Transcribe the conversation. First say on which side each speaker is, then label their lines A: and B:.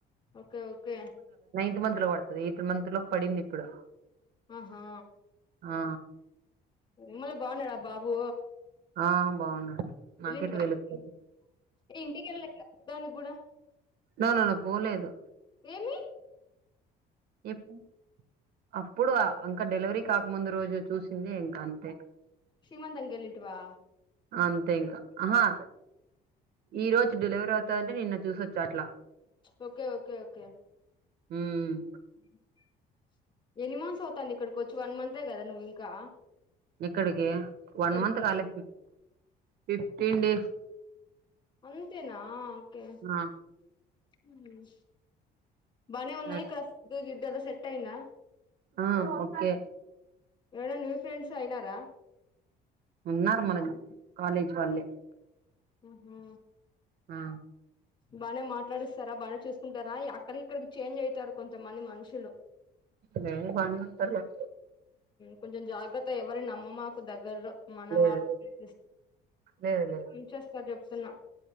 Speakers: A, on the left; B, on the right.
A: ఓకే ఓకే
B: ఎ మంత్ లో పడుతుంది ఏడు మంత్ లో పడింది ఇప్పుడు
A: ఆహా
B: ఆ
A: నిమ్మలే బాగున్నాడా బాబు
B: ఆ బాగున్నాడు
A: వెళ్ళిటియ
B: నాకెటు తెలుస్తది
A: ఏ ఇంటికి వెళ్ళాల దానికి కూడా
B: నానాన్న పోలేదు
A: ఏమి
B: ఎప్పుడు అప్పుడు ఇంకా డెలివరీ కాకముందు రోజు చూసింది ఇంకా అంతే
A: శ్రీమంత్ కు వెళ్లిట్వా
B: అంతే ఇంక ఆహా ఈ రోజు డెలివరీ అవుతదంటే నిన్న చూసొచ్చ అట్లా
A: ఓకే ఓకే ఓకే
B: హ్మ్
A: మ్ ఎన్ని మంత్స్ అవుతాంది ఇక్కడికి వచ్చి వన్ మంతే కదా నువ్వు ఇంకా
B: ఎక్కడికి
A: ఇక్కడికి
B: వన్ మంత్ కాలె ఫిఫ్టీన్ డేస్
A: అంతేనా ఓకే
B: ఆ
A: హ్మ్ బానే ఉన్నాయి
B: సరే
A: ఇక్కడ <unintelligible> గదా సెట్ అయిందా
B: ఆ ఓకే
A: ఏరన్నా న్యూ ఫ్రెండ్స్ అయినారా
B: ఉన్నారు మన కాలేజీ వాళ్ళే
A: ఆహ
B: ఆ
A: బానే మాట్లాడిస్తారా బానే చూసుకుంటారా అక్కడి ఇక్కడికి చేంజ్ అయితారు కొంతమంది మనుషులు
B: లేదు బానే ఉంటారు లేక
A: కొంచెం జాగ్రత్త ఎవరి నమ్మమ్మాకు దగ్గరలో మన
B: లేదు
A: వాళ్ళ
B: లేదు లేదు లేదు
A: మంచేస్తారు చెప్తున్నా